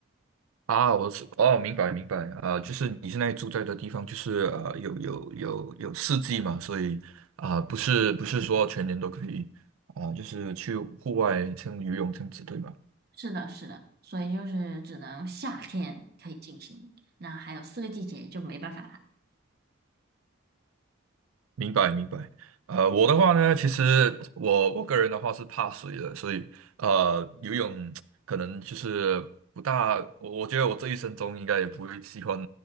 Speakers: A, on the right; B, on the right.
A: 啊，我是哦，明白明白，啊，就是你现在住在的地方，就是呃，有有有有四季嘛，所以啊、不是不是说全年都可以啊、就是去户外像游泳这样子，对吧？
B: 是的，是的，所以就是只能夏天可以进行，那还有四个季节就没办法了，
A: 明白明白。呃，我的话呢，其实我我个人的话是怕水的，所以呃，游泳可能就是不大，我我觉得我这一生中应该也不会喜欢